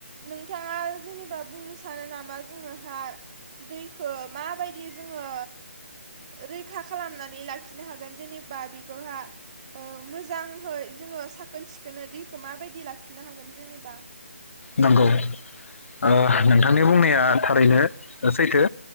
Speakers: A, on the right; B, on the left.
A: नोंथाङा जे बा बुंनो सानो नामा जोङोहा दैखौ माबायदि जोङो रैखा खालामनानै लाखिनो हागोन जेनेबा बिखौहा मोजांहै जोङो साखोन सिखोनै दैखौ माबायदि लाखिनो हागोन जेनेबा
B: नंगौ ओ नोंथांनि बुंनाया थारैनो सैथो।